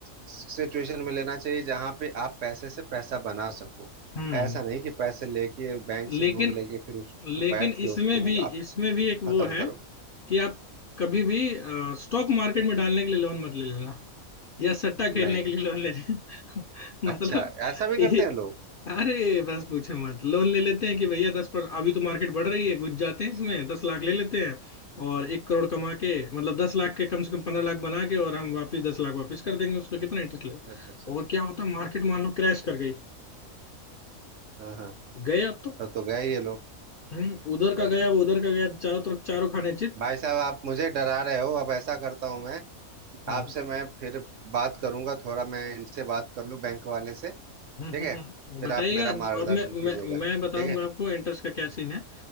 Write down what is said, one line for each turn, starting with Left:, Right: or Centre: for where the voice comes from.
Right: सिचुएशन में लेना चाहिए जहां पे आप पैसे से पैसा बना सको
Left: हम्म
Right: ऐसा नहीं कि पैसे लेके बैंक
Left: लेकिन
Right: से लोन लेके फिर उसको
Left: लेकिन
Right: बैठ के
Left: इसमें
Right: उसको
Left: भी
Right: आप
Left: इसमें भी एक वो
Right: खत्म
Left: है
Right: करो
Left: कि आप कभी भी स्टॉक मार्केट में डालने के लिए लोन मत ले लेना या सट्टा खेलने
Right: नहीं
Left: के लिए लोन ले लेना
Right: <laughs>
Left: <laughs> मतलब
Right: अच्छा ऐसा भी
Left: ये
Right: करते हैं लोग
Left: अरे बस पूछे मत लोन ले लेते हैं कि भैया दस पर अभी तो मार्केट बढ़ रही है घुस जाते हैं इसमें दस लाख ले लेते हैं और एक करोड़ कमा के मतलब दस लाख के कम से कम पंद्रह लाख बना के और हम वापस दस लाख वापस कर देंगे उसका कितना इंटरेस्ट लेगा
Right: अच्छा अच्छा अच्छा
Left: और क्या होता मार्केट मान लो क्रैश कर गई
Right: हाँ हाँ
Left: गया तो
Right: तब तो गए ये लोग
Left: हम्म उधर का
Right: अरे
Left: गया वो उधर का गया चारों तरफ चारों खाने चित
Right: भाई साहब आप मुझे डरा रहे हो अब ऐसा करता हूँ मैं
Left: हम्म।
Right: आपसे मैं फिर बात करूंगा थोड़ा मैं इनसे बात कर लूँ बैंक वाले से ठीक
Left: हम्म हम्म,
Right: है
Left: हम्म,
Right: फिर
Left: बताइएगा
Right: आप मेरा मार्गदर्शन
Left: अब मैं
Right: कीजिएगा
Left: मैं मैं बताऊंगा
Right: ठीक है
Left: आपको इंटरेस्ट का क्या सीन है